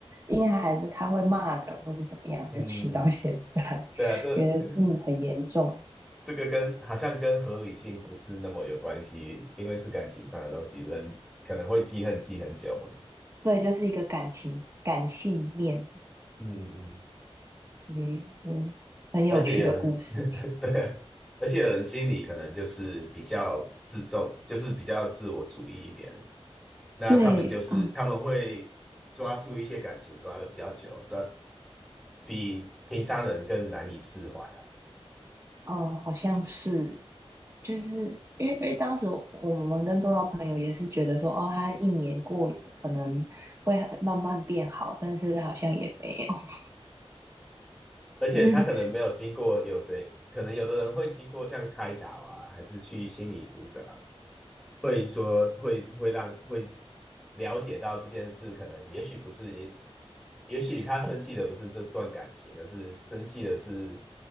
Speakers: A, on the right; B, in the centre.
A: 因为他还是他会骂人，或是怎么样，
B: 嗯，
A: 就气到现在，
B: 对啊，这
A: 觉得嗯很严重。
B: 这个跟好像跟合理性不是那么有关系，因为是感情上的东西，人可能会记恨记很久嘛。
A: 对，就是一个感情感性面，
B: 嗯嗯，
A: 对，嗯，很有趣的故事。
B: 而且有人 <laughs>，对，而且有人心里可能就是比较自重，就是比较自我主义一点。那他们就是他们会抓住一些感情抓的比较久，
A: <laughs> 对，嗯，
B: 抓比平常人更难以释怀啊。
A: 哦，好像是，就是因为因为当时我们跟周遭朋友也是觉得说，哦，他一年过了，可能会很慢慢变好，但是好像也没有。<laughs>
B: 而且他可能没有经过有谁，
A: 就是
B: 可能有的人会经过像开导啊，还是去心理辅导，会说会会让会了解到这件事，可能也许不是，也许他生气的不是这段感情，而是生气的是